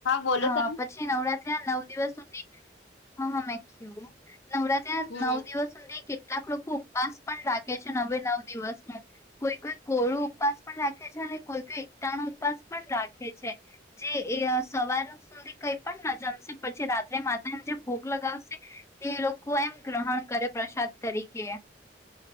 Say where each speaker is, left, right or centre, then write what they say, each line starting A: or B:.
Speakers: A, on the left (about 80°); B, on the left (about 15°).
A: બોલો
B: હા
A: તમે
B: પછી નવરાત્ર નવરાત્રી ના નવ દિવસ સુધી હા હા મે કેવ નવરાત્રી
A: હમ
B: ના નવ દિવસ સુધી કેટલાક લોકો ઉપવાસ પણ રાખે છે. નવે નવ દિવસ ના કોઈ કોઈ કોરું ઉપવાસ પણ રાખે છે અને કોઈ કોઈ એકતાણો ઉપવાસ પણ રાખે છે. જે એ સવાર સુધી કઈ પણ ન જમશે પછી રાત્રે મા જે ભોગ લગાવશે તે લોકો એમ ગ્રહણ કરે પ્રસાદ તરીકે